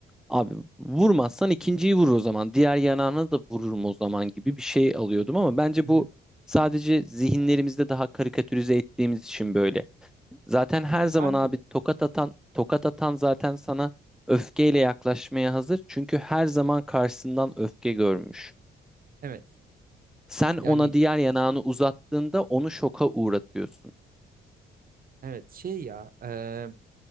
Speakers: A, in the centre; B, on the right (about 45°).
A: abi vurmazsan ikinciyi vurur o zaman. Diğer yanağına da vururum o zaman gibi bir şey alıyordum ama bence
B: Hı
A: bu
B: hı.
A: sadece zihinlerimizde daha karikatürize ettiğimiz için böyle. Zaten her zaman
B: Bence
A: abi
B: de.
A: tokat atan, tokat atan zaten sana öfkeyle yaklaşmaya hazır. Çünkü her zaman karşısından öfke görmüş.
B: Evet.
A: Sen ona
B: Yani
A: diğer yanağını uzattığında onu şoka uğratıyorsun.
B: evet şey ya e,